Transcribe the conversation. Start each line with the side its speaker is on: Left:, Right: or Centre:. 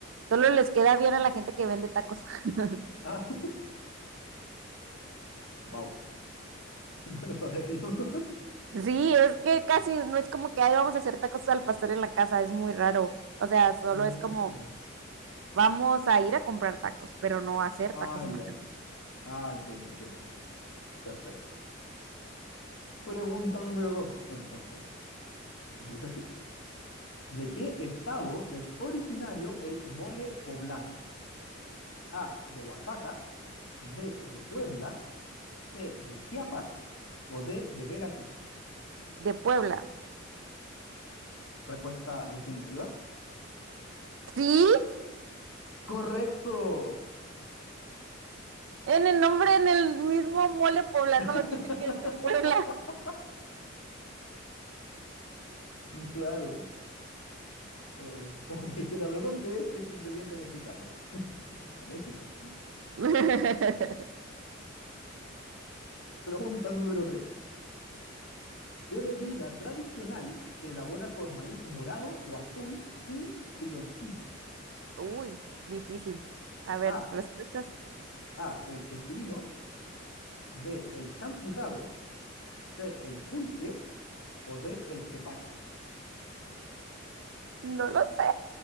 Right: solo les queda bien a la gente que vende tacos. <laughs>
Left: Ah, Wow, <laughs> bueno saberlo. <laughs>
Right: Sí, es que casi no es como que ahí vamos a hacer tacos al pastor en la casa, es muy raro. O sea, solo
Left: Mm.
Right: es como vamos a ir a comprar tacos, pero no a hacer
Left: Ah,
Right: tacos
Left: ya.
Right: en la casa.
Left: Ah, entiendo, entiendo. Perfecto. Pregunta número dos, entonces. Dice así. ¿De qué estado es originario el mole poblano? A, de Oaxaca, B, de Puebla, C, de Chiapas o D, de Veracruz.
Right: De Puebla.
Left: Respuesta definitiva.
Right: Sí,
Left: Correcto.
Right: en el nombre, en el mismo mole poblano,
Left: <laughs>
Right: dice que es de Puebla.
Left: Claro. Oh, como que dijera, ¿de dónde es este ingrediente mexicano? De México.
Right: <laughs>
Left: Pregunta número tres. ¿Qué bebida tradicional se elabora con maíz morado o azul y piloncillo?
Right: Uy, difícil. A ver,
Left: A.
Right: respuestas.
Left: A. El tejuino. B. El champurrado. C. El pulque. O D. El tepache.
Right: No lo sé.